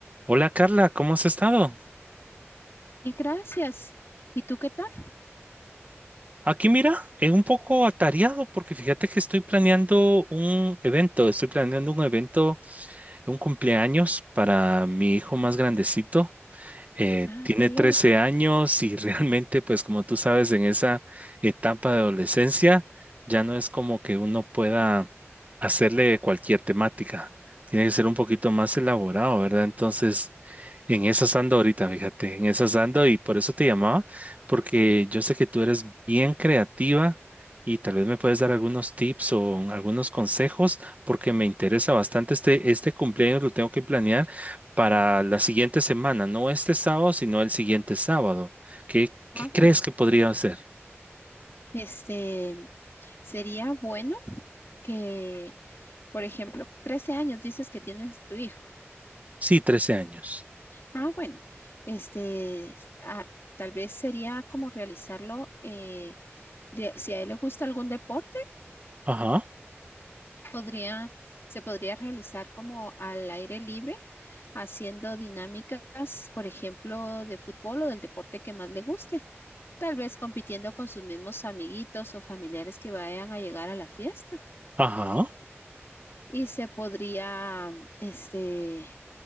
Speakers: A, on the right; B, on the left.
A: Hola Carla, ¿cómo has estado?
B: Bien, gracias. ¿Y tú qué tal?
A: Aquí mira, es un poco atareado porque fíjate que estoy planeando un evento, estoy planeando un evento, un cumpleaños para mi hijo más grandecito Eh,
B: Ah,
A: tiene
B: qué alegre.
A: 13 años y <laughs> realmente, pues como tú sabes, en esa etapa de adolescencia ya no es como que uno pueda hacerle cualquier temática. Tiene que ser un poquito más elaborado, ¿verdad? Entonces, en esas ando ahorita, fíjate, en esas ando y por eso te llamaba, porque yo sé que tú eres bien creativa y tal vez me puedes dar algunos tips o algunos consejos, porque me interesa bastante este, este cumpleaños, lo tengo que planear para la siguiente semana, no este sábado, sino el siguiente sábado. ¿Qué,
B: Ah,
A: qué
B: bueno.
A: crees que podría hacer?
B: Este, sería bueno que, por ejemplo, 13 años dices que tienes tu hijo.
A: Sí, trece años.
B: Ah, bueno. Este, ah, tal vez sería como realizarlo, eh, de- si a él le gusta algún deporte.
A: Ajá,
B: podría, se podría realizar como al aire libre, haciendo dinámicas, por ejemplo, de fútbol o del deporte que más le guste, tal vez compitiendo con sus mismos amiguitos o familiares que vayan a llegar a la fiesta.
A: ajá,
B: Y se podría, este,